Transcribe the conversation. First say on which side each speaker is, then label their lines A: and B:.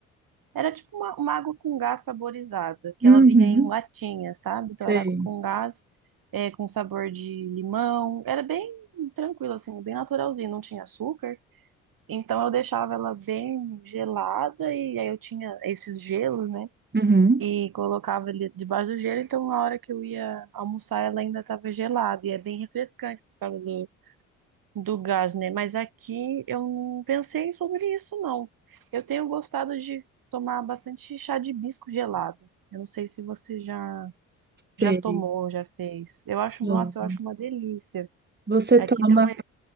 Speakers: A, on the right; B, on the right.
A: Era tipo uma, uma água com gás saborizada, que
B: Uhum.
A: ela vinha em latinha, sabe? Então
B: Sei.
A: era água com gás, é, com sabor de limão. Era bem tranquilo, assim, bem naturalzinho, não tinha açúcar. Então eu deixava ela bem gelada e aí eu tinha esses gelos, né?
B: Uhum.
A: E colocava ele debaixo do gelo, então na hora que eu ia almoçar ela ainda estava gelada. E é bem refrescante por causa do do gás, né? Mas aqui eu não pensei sobre isso, não. Eu tenho gostado de tomar bastante chá de hibisco gelado. Eu não sei se você já já
B: Sei.
A: tomou, já fez. Eu acho,
B: Bom,
A: nossa, eu acho uma delícia.
B: Você
A: Aqui
B: toma
A: deu uma...